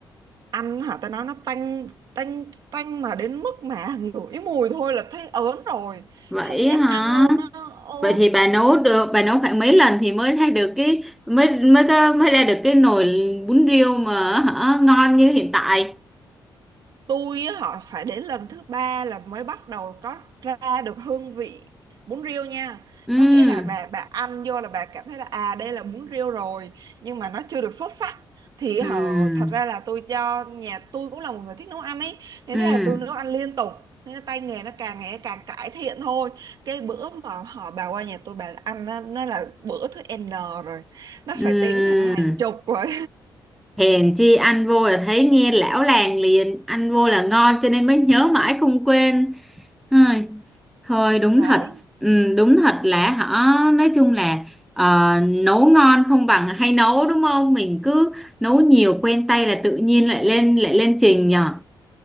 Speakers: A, on the right (about 55°); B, in the centre.
A: ăn hả tao nói nó tanh tanh tanh mà đến mức mà <laughs> ngửi mùi thôi là thấy ớn rồi
B: vậy
A: không dám
B: hả
A: ăn luôn á ừ
B: Vậy thì bà nấu được bà nấu khoảng mấy lần thì mới ra được cái mới mới có, mới ra được cái nồi bún riêu mà hả, ngon như hiện tại.
A: tôi á, họ phải đến lần thứ ba là mới bắt đầu có ra được hương vị bún riêu nha
B: Ừm
A: có nghĩa là bà bà ăn vô là bà cảm thấy là à đây là bún riêu rồi nhưng mà nó chưa được xuất sắc thì họ
B: ừm
A: thật ra là tôi cho nhà tôi cũng là một người thích nấu ăn ấy nên
B: ừm
A: thế là tôi nấu ăn liên tục nên là tay nghề nó càng ngày càng cải thiện thôi cái bữa mà họ bà qua nhà tôi bà ăn nó, nó là bữa thứ N rồi nó
B: ừm
A: phải tính hàng hàng chục rồi
B: Hèn chi ăn vô là thấy nghe lão làng liền, ăn vô là ngon cho nên mới nhớ mãi không quên. Thôi, thôi đúng
A: <laughs>
B: thật,
A: đấy
B: Ừm, đúng thật là họ nói chung là ờ, nấu ngon không bằng hay nấu đúng không? Mình cứ nấu nhiều quen tay là tự nhiên lại lên lại lên trình nhở